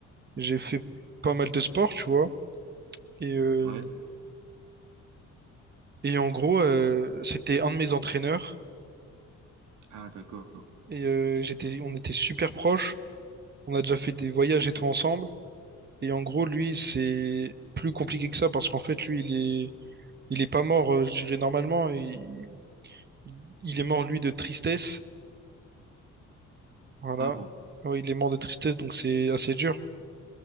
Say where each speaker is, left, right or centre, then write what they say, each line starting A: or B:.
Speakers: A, on the right; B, on the right.
A: j'ai fait pas mal de sport, tu vois. Et, euh,
B: Ouais.
A: Et en gros, euh, c'était un de mes entraîneurs.
B: Ah, d'accord.
A: Et euh, j'étais, on était super proches. On a déjà fait des voyages et tout ensemble. Et en gros, lui, c'est plus compliqué que ça parce qu'en fait, lui, il est, il est pas mort, euh, je dirais normalement. Il, il est mort, lui, de tristesse. Voilà.
B: Ah bon.
A: Ouais, il est mort de tristesse, donc c'est assez dur.